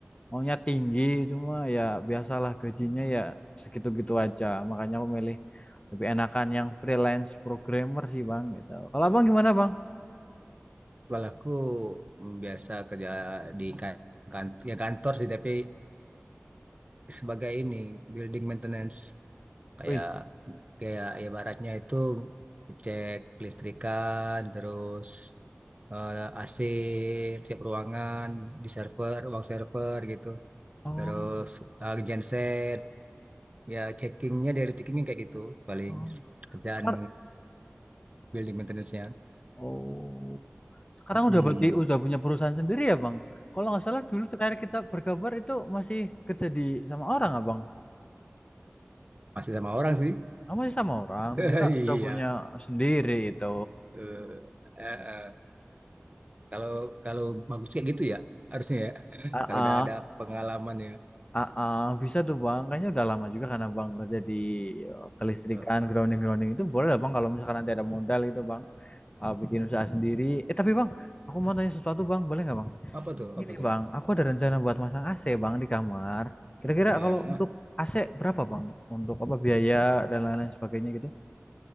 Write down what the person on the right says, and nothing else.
Kalau aku hmm, biasa kerja di kantor, ya kantor sih, tapi sebagai ini building maintenance kayak
kayak ya baratnya itu cek kelistrikan terus eh, AC siap ruangan di server ruang server gitu
terus eh, genset ya checkingnya dari checkingnya kayak gitu paling
kerjaan
building maintenance-nya
Mm-mm.
masih sama orang sih
<laughs>
iya
Eh, eh, eh. kalau kalau bagus kayak gitu ya harusnya ya <laughs>
kalau
udah ada pengalaman ya
Eh, eh.
apa tuh
apa tuh
ya